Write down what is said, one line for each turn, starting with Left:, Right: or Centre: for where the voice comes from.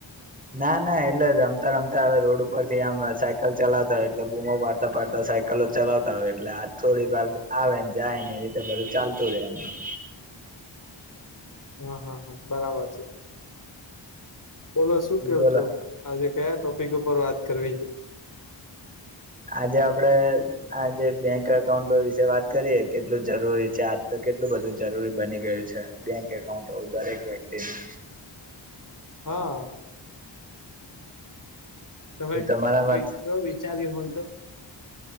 Right: ના ના એટલે રમતા રમતા હવે રોડ ઉપર થી આમ સાયકલ ચલાતા હો એટલે બૂમો પાડતા પડતા સાયકલ કલો ચલાવતા હોય એટલે આ થોડી વાર આવે ને જાય ને એ રીતે બધું ચાલતું રહેે એમનું
Left: હ હ હ બરાબર છે બોલો શું કયો
Right: બોલો
Left: છો આજે કયા ટોપિક ઉપર વાત કરવી છે
Right: આજે આપડે આજે બેંક એકાઉન્ટો વિશે વાત કરીએ કેટલું જરૂરી છે આજ તો કેટલું બધું જરૂરી બની ગયું છે બેંક એકાઉન્ટ દરેક વ્યક્તિની
Left: હ તમે
Right: તો તમારા
Left: કઈ કયો વિચાર્યું હોય તો